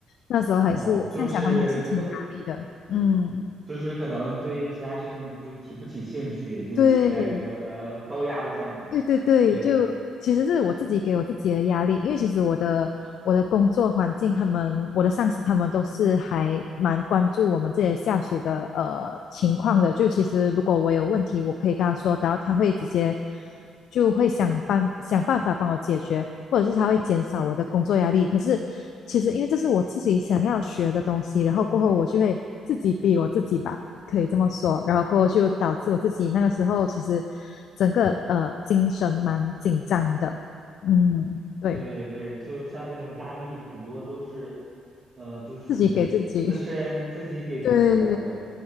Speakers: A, on the left; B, on the right.
A: 那时候还是现在想回还是挺压力的，
B: 哦，就是可
A: 嗯，
B: 就是可能对其他事情就提不起兴趣，就是处在一个高压的状态嘛。
A: 对，对对对，
B: 对，
A: 就其实是我自己给我自己的压力，因为其实我的我的工作环境，他们我的上司他们都是还蛮关注我们这些下属的呃情况的。就其实如果我有问题，我可以跟他说，然后他会直接就会想办想办法帮我解决，或者是他会减少我的工作压力。可是其实因为这是我自己想要学的东西，然后过后我就会自己逼我自己吧。可以这么说。然后过后就导致我自己那个时候其实整个呃精神蛮紧张的，嗯，对，
B: 对对，就像这种压力，很多都是，呃，就属于自身自己给自己的。
A: 自己给自己，对，
B: 对，